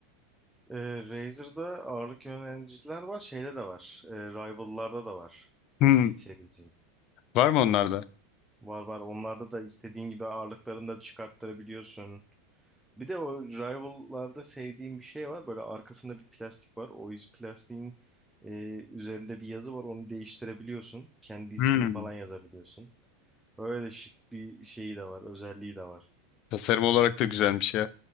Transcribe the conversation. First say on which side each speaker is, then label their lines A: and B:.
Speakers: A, in the centre; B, on the left.
A: Ee, Razer'da ağırlık yöneliciler var. Şeyde de var. Ee, Rival'larda da var. Steel
B: Hmm,
A: Series'in.
B: var mı onlarda?
A: Var var. Onlarda da istediğin gibi ağırlıklarını da çıkarttırabiliyorsun. Bir de o Rival'larda sevdiğim bir şey var. Böyle arkasında bir plastik var. O iz- plastiğin e, üzerinde bir yazı var. Onu değiştirebiliyorsun. Kendi ismini
B: Hmm.
A: falan yazabiliyorsun. Öyle şık bir şeyi de var. Özelliği de var.
B: Tasarım olarak da güzelmiş ya.